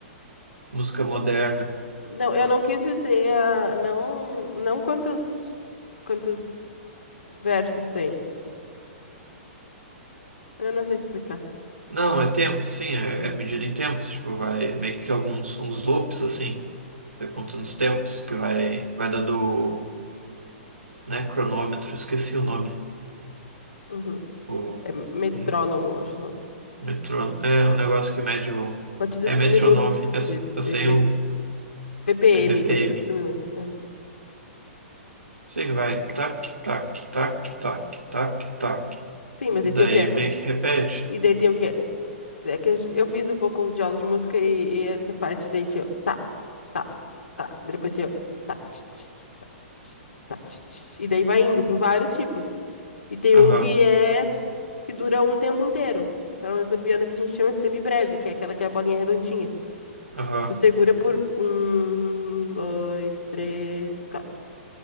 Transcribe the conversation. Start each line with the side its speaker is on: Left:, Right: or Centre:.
Right: música moderna.
Left: Não, eu não quis dizer, ah, não, não quantas, quantos versos tem. Eu não sei explicar.
Right: Não, é tempo, sim, é, é medida em tempos, tipo, vai é meio que alguns uns loops, assim, vai contando os tempos, que vai, vai dando, né, cronômetro, esqueci o nome,
Left: Uhum.
Right: o,
Left: É metrônomo,
Right: o
Left: acho, não.
Right: metrônomo, é um negócio que mede o,
Left: Batidas
Right: é
Left: por
Right: metronome,
Left: minuto. B-
Right: é, s-
Left: BP,
Right: eu sei o,
Left: BPM,
Right: é BPM,
Left: batidas por minuto. é.
Right: sei que vai tac, tac, tac, tac, tac, tac,
Left: Sim, mas
Right: e
Left: aí
Right: daí
Left: tem o que é?
Right: meio que repete,
Left: E daí tem o que é? É que eu eu fiz um pouco de aula de música e, e essa parte daí tinha. o Tá, tá, tá. Depois tinha. o Tá, tch, tch, tch, tá, tch, tch, tá, tch, tch. E daí vai indo. Tem vários tipos. E tem
Right: aham,
Left: um que é. que dura um tempo inteiro. Pelo menos no piano que a gente chama de semibreve, que é aquela que é a bolinha redondinha.
Right: aham,
Left: Tu segura por um, dois, três, quatro.